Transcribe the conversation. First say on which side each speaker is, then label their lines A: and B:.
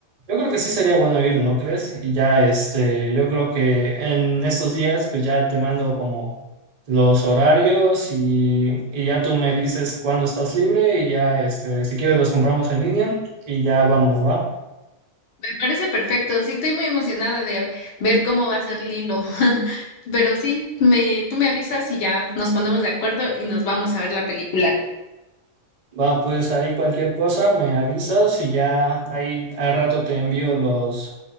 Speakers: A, on the right; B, on the left.
A: yo creo que sí sería bueno ir, ¿no crees? Y ya este, yo creo que en estos días pues ya te mando como los horarios y, y ya tú me dices cuándo estás libre y ya, este, si quieres los compramos en línea y ya vamos, va.
B: Me parece perfecto, sí, estoy muy emocionada de a- ver cómo va a ser Lilo, <laughs> pero sí, me, tú me avisas y ya nos ponemos de acuerdo y nos vamos a ver la película.
A: Va, pues ahí cualquier cosa me avisas y ya ahí al rato te envío los,